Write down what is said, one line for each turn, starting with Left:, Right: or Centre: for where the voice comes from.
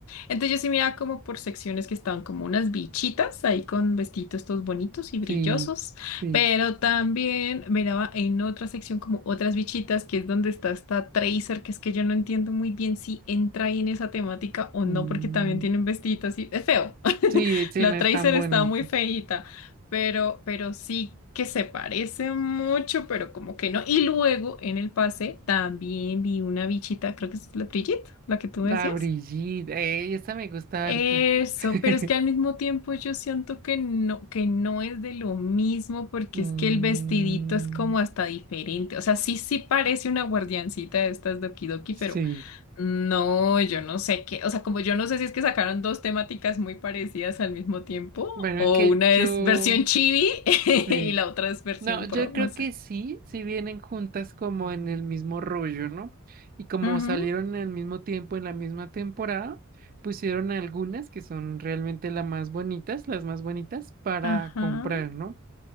Left: Entonces yo sí miraba como por secciones que estaban como unas bichitas ahí con vestidos estos bonitos y brillosos,
Right: Sí, sí.
Left: pero también miraba en otra sección como otras bichitas que es donde está esta Tracer, que es que yo no entiendo muy bien si entra ahí en esa temática o
Right: Mm,
Left: no porque también tienen vestiditos así. Es feo. <laughs>
Right: Sí, ese
Left: La
Right: no es
Left: Tracer
Right: tan bonita
Left: está muy feíta, pero, pero sí que se parece mucho, pero como que no. Y luego en el pase también vi una bichita, creo que es la Brigitte, la que tú
Right: La
Left: decías.
Right: Brigitte, eh, esa me gusta
Left: Eso,
Right: harto. <laughs>
Left: pero es que al mismo tiempo yo siento que no, que no es de lo mismo, porque
Right: Mm,
Left: es que el vestidito es como hasta diferente. O sea, sí, sí parece una guardiancita de estas de Okidoki,
Right: Sí.
Left: pero no, yo no sé qué, o sea, como yo no sé si es que sacaron dos temáticas muy parecidas al mismo tiempo,
Right: Bueno,
Left: o
Right: es que
Left: una
Right: yo...
Left: es versión chibi <laughs>
Right: Sí.
Left: y la otra es versión
Right: No, yo
Left: pro,
Right: creo
Left: no sé.
Right: que sí, si vienen juntas como en el mismo rollo, ¿no? Y como
Left: Ujú,
Right: salieron al mismo tiempo en la misma temporada, pusieron algunas que son realmente las más bonitas, las más bonitas para
Left: Ajá,
Right: comprar, ¿no?